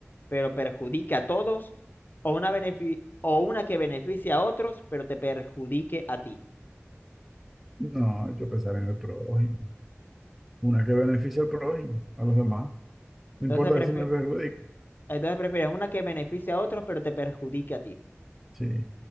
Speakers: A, on the left (about 40°); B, in the centre.
A: pero perjudique a todos, o una, benefi- o una que beneficie a otros, pero te perjudique a ti?
B: No, hay que pensar en el prójimo. Una que beneficia al prójimo, a los demás. No importa
A: Entonces, prefi-
B: que si me perjudica.
A: Entonces prefieres una que beneficie a otros, pero te perjudique a ti.
B: Sí.